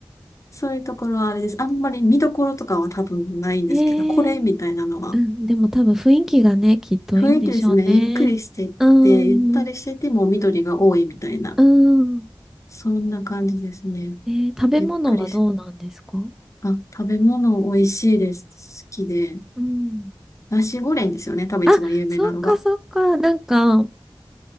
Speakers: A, on the left (about 35°); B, in the centre.
A: そういうところはあれです。あんまり見どころとかは多分ないんですけど、
B: えー
A: これみたいなのは
B: うん、でも多分雰囲気がね、きっといいんでしょうね。
A: 雰囲気ですね。ゆっくりしてって、
B: うん、
A: ゆったりしてても緑が多いみたいな。
B: うん。
A: そんな感じですね。
B: えー食べ物はどうなんですか
A: ゆっくりし、あ、食べ物美味しいです。好きで。
B: うん。
A: ナシゴレンですよね。多分一番有名なのが。
B: あ、そっかそっか。なんか、